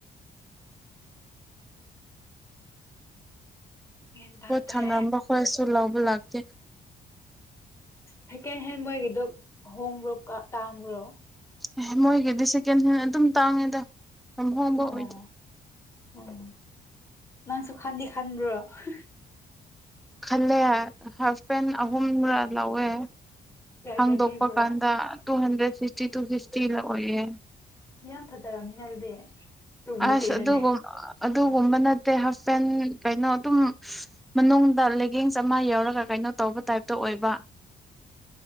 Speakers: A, on the left; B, in the centre.
A: ꯒ꯭ꯌꯥꯟ ꯇꯥꯗꯦ
B: ꯄꯣꯠ ꯊꯝꯔꯝꯕ ꯈꯣꯏꯁꯨ ꯂꯧꯕ ꯂꯥꯛꯇꯦ
A: ꯁꯥꯀꯦꯟ ꯍꯦꯟ ꯃꯣꯏꯒꯤꯗꯣ ꯍꯣꯡꯕ꯭ꯔꯣ ꯀꯥ ꯇꯥꯡꯕ꯭ꯔꯣ?
B: ꯑꯦꯍꯦ ꯃꯣꯏꯒꯤꯗꯤ ꯁꯦꯀꯦꯟ ꯍꯦꯟ ꯑꯗꯨꯝ ꯇꯥꯡꯉꯦꯗ ꯌꯥꯝ ꯍꯣꯡꯕ
A: <unintelligible>
B: ꯑꯣꯏꯗꯦ
A: ꯅꯪꯁꯨ ꯈꯥꯟꯗꯤ ꯈꯟꯕ꯭ꯔꯣ? <unintelligible>
B: ꯈꯜꯂꯦ <unintelligible> ꯍꯥꯐꯄꯦꯟ ꯑꯍꯨꯝꯔ ꯂꯧꯋꯦ
A: ꯀꯌꯥ
B: ꯍꯥꯡꯗꯣꯛꯄ
A: ꯀꯌꯥ ꯄꯤꯕ꯭ꯔꯣ
B: ꯀꯥꯟꯗ two hundred fifty two fifty ꯂꯥ ꯑꯣꯏꯌꯦ
A: ꯌꯥꯝ ꯐꯖꯔꯝꯅꯤꯅꯦ ꯑꯗꯨꯗꯤ ꯇꯨꯝꯕ
B: ꯑꯁ
A: ꯄꯤꯔꯗꯤ
B: ꯑꯗꯨꯒꯨꯝ ꯑꯗꯨꯒꯨꯝꯕ ꯅꯠꯇꯦ ꯍꯥꯞꯄꯦꯟ ꯀꯩꯅꯣ ꯑꯗꯨꯝ <unintelligible> ꯃꯅꯨꯡꯗ ꯂꯦꯒꯤꯡꯁ ꯑꯃ ꯌꯥꯎꯔꯒ ꯀꯩꯅꯣ ꯇꯧꯕ ꯇꯥꯏꯞꯇ ꯑꯣꯏꯕ